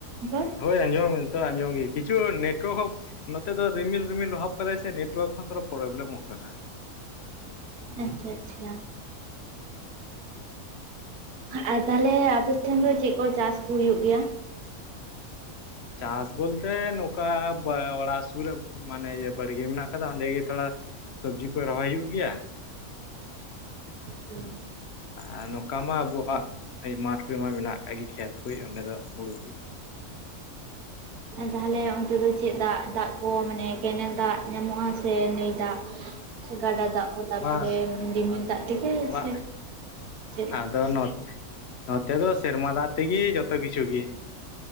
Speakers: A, on the right; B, on the left.
A: ᱨᱚᱲ᱾
B: ᱦᱳᱭ ᱟᱸᱡᱚᱢ ᱱᱤᱛᱚ ᱟᱸᱡᱚᱢ ᱜᱮ ᱠᱤᱪᱷᱩ ᱱᱮᱴᱳᱣᱟᱨᱠ ᱦᱚᱸ ᱱᱚᱛᱮ ᱫᱚ ᱨᱤᱢᱤᱞ ᱨᱤᱢᱤᱞ ᱵᱷᱟᱵᱽ ᱠᱟᱫᱟᱭ ᱥᱮ ᱱᱮᱴᱣᱟᱨᱠ ᱦᱚᱸ ᱛᱷᱚᱲᱟ ᱯᱨᱚᱵᱞᱮᱢᱚᱜ ᱠᱟᱱᱟ᱾
A: ᱟᱪᱪᱷᱟ ᱟᱪᱪᱷᱟ ᱟᱨ ᱛᱟᱦᱞᱮ ᱟᱯᱮᱥᱷᱮᱱ ᱫᱚ ᱪᱮᱫ ᱠᱚ ᱪᱟᱥᱠᱩ ᱦᱩᱭᱩᱜ ᱜᱮᱭᱟ᱾
B: ᱪᱟᱥ ᱵᱚᱞᱛᱮ ᱱᱚᱝᱠᱟ ᱚᱲᱟ ᱯᱩᱨᱟᱹ ᱢᱟᱱᱮ ᱤᱭᱟᱹ ᱵᱟᱲᱜᱮ ᱢᱮᱱᱟᱜ ᱟᱠᱟᱫᱟ ᱚᱸᱰᱮ ᱜᱮ ᱛᱷᱚᱲᱟ ᱥᱚᱵᱽᱡᱤ ᱠᱚ ᱨᱚᱦᱚᱭ ᱦᱩᱭᱩᱜ ᱜᱮᱭᱟ᱾
A: ᱦᱮᱸ
B: ᱟᱨ ᱱᱚᱝᱠᱟ ᱢᱟ ᱟᱵᱚᱣᱟᱜ ᱢᱟᱴᱷ ᱠᱚ ᱢᱟ ᱢᱮᱱᱟᱜ ᱟᱠᱟᱫ ᱜᱮ ᱠᱷᱮᱛ ᱠᱚ ᱚᱸᱰᱮ ᱫᱚ ᱦᱩᱲᱩ ᱠᱚ
A: ᱛᱟᱦᱞᱮ ᱚᱱᱛᱮ ᱫᱚ ᱪᱮᱫ ᱫᱟᱜ ᱫᱟᱜ ᱠᱚ ᱢᱟᱱᱮ ᱠᱮᱱᱮᱞ ᱫᱟᱜ ᱧᱟᱢᱚᱜᱼᱟ ᱥᱮ ᱱᱟᱹᱭ ᱫᱟᱜ ᱥᱮ ᱜᱟᱰᱟ ᱫᱟᱜ ᱦᱚᱸ ᱛᱟᱨᱯᱚᱨ
B: ᱵᱟᱝ
A: ᱨᱤᱢᱤᱞ ᱫᱟᱜ ᱛᱮᱜᱮ
B: ᱵᱟᱝ
A: ᱥᱮ ᱪᱮᱫ ᱞᱮᱠ
B: ᱟᱫᱚ ᱱᱚᱛᱮ ᱫᱚ ᱥᱮᱨᱢᱟ ᱫᱟᱜ ᱛᱮᱜᱮ ᱡᱚᱛᱚ ᱠᱤᱪᱷᱩ ᱜᱮ